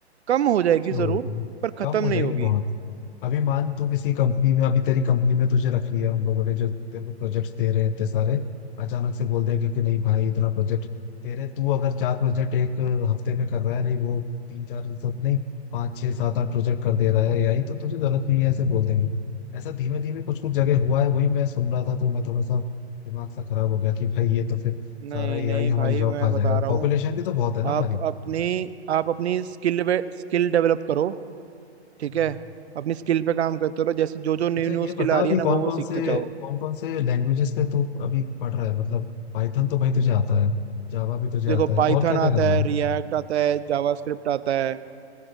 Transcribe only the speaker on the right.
कम हो जाएगी
जरूर
पर खत्म
नहीं
होगी
नहीं
नहीं
भाई
मैं
बता
रहा
हूँ
आप अपनी आप अपनी स्किल स्किल डेवलप करो ठीक
है अपनी स्किल पे काम करते रहो जैसे जो जो न्यू
न्यू
स्किल
आ रही
है ना
वो वो
सीखते
जाओ
देखो
पाइथन
आता
है
रिएक्ट आता है जावास्क्रिप्ट आता है